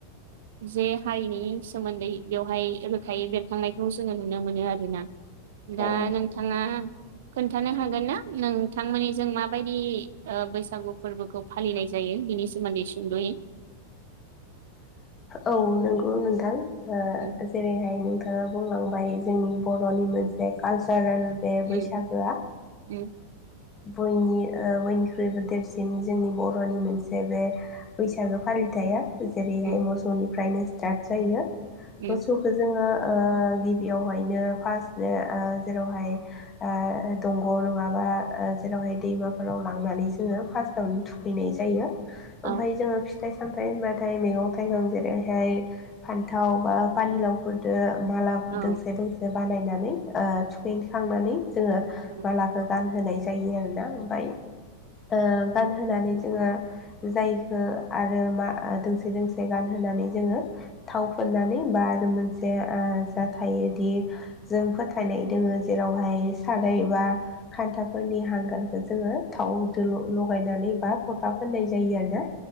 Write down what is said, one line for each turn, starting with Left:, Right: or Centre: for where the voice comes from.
Right: जे हारिनि सोमोन्दै बेवहाय रोखायै बेरखांनायखौ जोङो नुनो मोनो आरोना दा
Left: औ
Right: नोंथाङा खोन्थानो हागोन ना नोंथांमोननि जों माबायदि ओ बैसागु फोरबोखौ फालिनाय जायो बिनि सोमोनदै सुंदयै
Left: औ नंगौ नोंथां ओ
Right: उम
Left: जेरैहाय नोंथाङा बुंलांबाय जोंनि बर'नि मोनसे कालसारेल बे
Right: उम
Left: बैसागोआ
Right: उम
Left: बयनि ओ बयनिख्रुइबो देरसिन जोंनि बर'नि मोनसे बे बैसागो फालिथाया जेरैहाय
Right: उम
Left: मोसौनिफ्रायनो स्टार्ट जायो
Right: उम
Left: मोसौखौ जोङो ओ गिबियावहायनो फार्स्टनो ओ जेरावहाय दंग' नङाबा आ जेरावहाय दैमाफोराव लांनानै जोङो फार्स्टआवनो थुखैनाय जायो
Right: औ
Left: ओमफाय जोङो फिथाइ सामथायाइ होनबाथाय मैगं थाइगं जे बेहाय फान्थाव बा पानिलावफोरजों माला
Right: औ
Left: दोंसे दोंसे बानायनानै ओ थुखैखांनानै जोङो
Right: औ
Left: मालाखौ गानहोनाय जायो आरोना ओमफाय ओ गानहोनानै जोङो जायखो आरो मा दोंसे दोंसे गान होनानै जोङो थाव फुननानै बा आरो मोनसे जा थायोदि जों फोथायनाय दोङो जेरावहाय साराय बा खान्थाफोरनि हांगारखौ जोङो थाव लगायनानै बा फटा फनाय जायो आरोना